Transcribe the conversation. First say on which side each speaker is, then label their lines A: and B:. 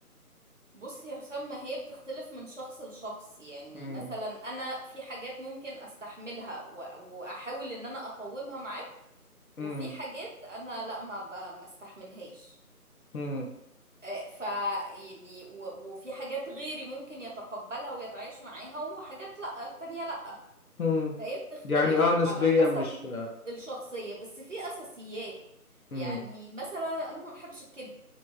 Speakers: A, on the right; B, on the left.
A: بصي يا حسام ما هي بتختلف من شخص لشخص يعني
B: امم
A: مثلا انا في حاجات ممكن استحملها و- واحاول ان انا اقومها معاك وفي
B: امم
A: حاجات انا لا ما ب- ما استحملهاش
B: امم
A: آه، ف يعني و- وفي حاجات غيري ممكن يتقبلها ويتعايش معاها وحاجات لا تانية لا
B: امم
A: فهي بتختلف
B: يعني اه نسبية
A: على حسب
B: مش
A: الشخصية بس في أساسيات
B: امم
A: يعني مثلا أنا ما بحبش الكذب